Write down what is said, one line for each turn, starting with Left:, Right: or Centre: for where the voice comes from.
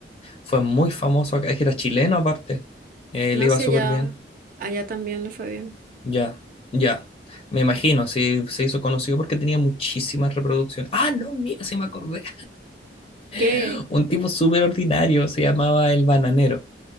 Left: fue muy famoso acá, es que era chileno aparte, eh,
Right: No,
Left: le iba
Right: si
Left: súper
Right: allá,
Left: bien,
Right: allá también le fue bien.
Left: ya, ya, me imagino, sí, se hizo conocido porque tenía muchísimas reproducciones, ah, no, mira, se me acordé,
Right: ¿Qué?
Left: <laughs> un tipo súper ordinario, se llamaba El Bananero.